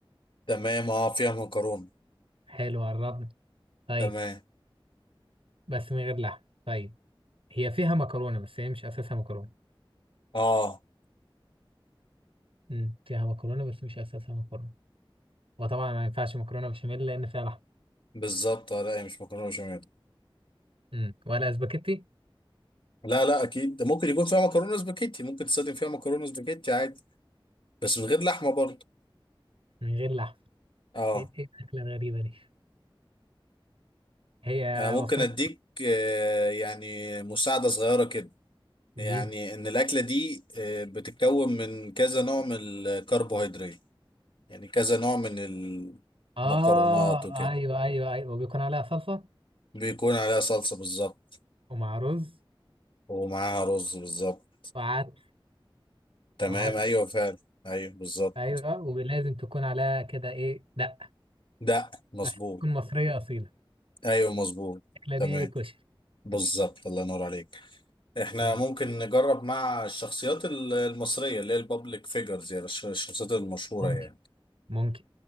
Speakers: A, on the left; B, on the right.
A: تمام اه فيها مكرونه
B: حلو قربنا طيب
A: تمام
B: بس من غير لحم طيب هي فيها مكرونة بس هي مش أساسها مكرونة
A: اه
B: امم فيها مكرونة بس مش أساسها مكرونة وطبعا ما ينفعش مكرونة بشاميل لأن فيها لحم
A: بالظبط آه، لا هي مش مكرونه بشاميل
B: امم ولا سباكيتي
A: لا لا اكيد ده ممكن يكون فيها مكرونه سباكيتي ممكن تستخدم فيها مكرونه سباكيتي عادي بس من غير لحمه برضه
B: من غير لحم
A: اه
B: إيه إيه الأكلة الغريبة دي هي
A: انا ممكن
B: مصرية
A: اديك آه يعني مساعده صغيره كده
B: الدين
A: يعني ان الاكله دي آه بتتكون من كذا نوع من الكربوهيدرات يعني كذا نوع من
B: آه
A: المكرونات وكده
B: أيوه أيوه أيوه وبيكون عليها صلصة
A: بيكون عليها صلصة بالظبط
B: ومع رز
A: ومعاها رز بالظبط
B: وعدس
A: تمام
B: وعدس
A: ايوه فعلا ايوه بالظبط
B: أيوه ولازم تكون عليها كده إيه دقة
A: دق مظبوط
B: عشان تكون مصرية أصيلة
A: ايوه مظبوط
B: الأكلة
A: تمام
B: دي كشري
A: بالظبط الله ينور عليك احنا
B: طيب،
A: ممكن نجرب مع الشخصيات ال- المصرية اللي هي البابليك فيجرز يعني الش- الشخصيات المشهورة
B: ممكن
A: يعني
B: ممكن